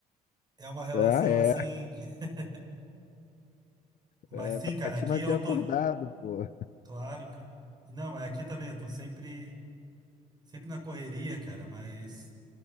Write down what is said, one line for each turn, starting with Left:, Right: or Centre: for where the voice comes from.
Right: é uma relação
Left: Ah, é.
Right: assim. de- <laughs> Mas
Left: É
Right: sim, cara,
Left: pra te
Right: aqui
Left: manter
Right: eu
Left: acordado,
Right: tô.
Left: pô.
Right: Claro, cara. Não, mas aqui também eu tô sempre, sempre na correria, cara, mas.